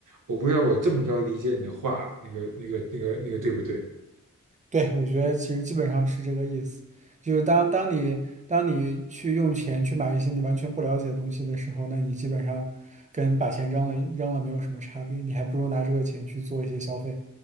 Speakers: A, on the right; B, on the right.
A: 我不知道我这么着理解你的话，那个、那个、那个、那个对不对？
B: 对，我觉得其实基本上是这个意思。就是当当你当你去用钱去买一些你完全不了解的东西的时候，那你基本上跟把钱扔了扔了没有什么差别，你还不如拿这个钱去做一些消费。